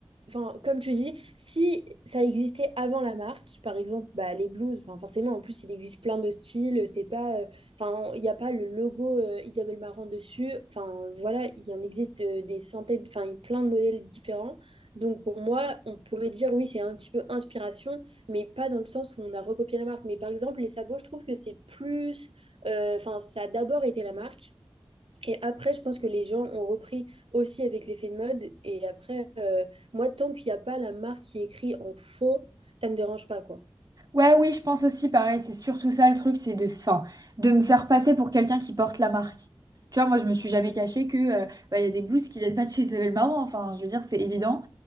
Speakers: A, on the right; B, on the right.
A: enfin, comme tu dis, si ça existait avant la marque, par exemple, bah, les blues, enfin, forcément, en plus, il existe plein de styles. C'est pas, euh, enfin, il n'y a pas le logo euh, Isabelle Marant dessus. Enfin, voilà, il en existe euh, des centaines, enfin, il y a plein de modèles différents. Donc, pour moi, on pourrait dire, oui, c'est un petit peu inspiration, mais pas dans le sens où on a recopié la marque. Mais par exemple, les sabots, je trouve que c'est plus. Euh, Enfin, ça a d'abord été la marque. Et après, je pense que les gens ont repris aussi avec l'effet de mode. Et après, euh, moi, tant qu'il n'y a pas la marque qui écrit en faux, ça ne me dérange pas, quoi.
B: Ouais, oui, je pense aussi pareil. C'est surtout ça le truc, c'est de, fin, de me faire passer pour quelqu'un qui porte la marque. Tu vois, moi, je me suis jamais cachée que euh, bah, il y a des blouses qui viennent pas de chez Isabelle Marant. Enfin, je veux dire, c'est évident.